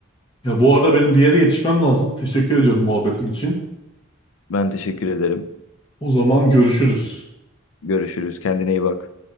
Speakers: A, on the left; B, on the left.
A: Ya bu arada benim bir yere yetişmem lazım. Teşekkür ediyorum muhabbetin için.
B: Ben teşekkür ederim.
A: O zaman görüşürüz.
B: Görüşürüz. Kendine iyi bak.